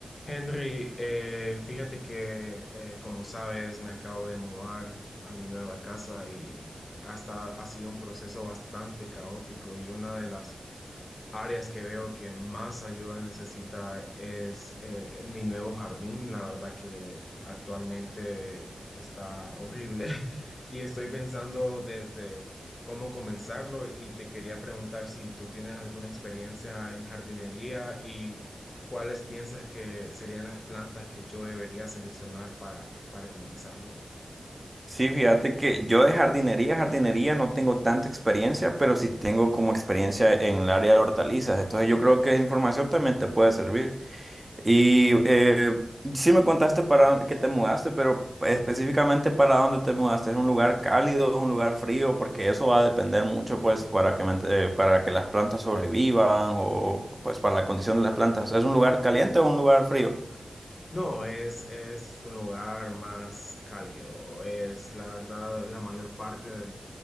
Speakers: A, on the left (about 45°); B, on the right (about 25°).
A: Henry, eh, fíjate que eh, como sabes me acabo de mudar a mi nueva casa y hasta ha sido un proceso bastante caótico y una de las áreas que veo que más ayuda necesita es eh, en mi nuevo jardín. La verdad que actualmente está horrible <laughs> y estoy pensando desde cómo comenzarlo y te quería preguntar si tú tienes alguna experiencia en jardinería y... ¿cuáles piensas que serían las plantas que yo debería seleccionar para, para comenzarlo?
B: Sí, fíjate que yo de jardinería, jardinería no tengo tanta experiencia, pero sí tengo como experiencia en el área de hortalizas. Entonces yo creo que esa información también te puede servir. Y eh, sí me contaste para que te mudaste, pero específicamente para dónde te mudaste. ¿Es un lugar cálido, es un lugar frío? Porque eso va a depender mucho, pues, para que me ent- eh, para que las plantas sobrevivan o pues para la condición de las plantas. ¿Es un lugar caliente o un lugar frío?
A: No, es, es un lugar más cálido. Es la verdad, la mayor parte de-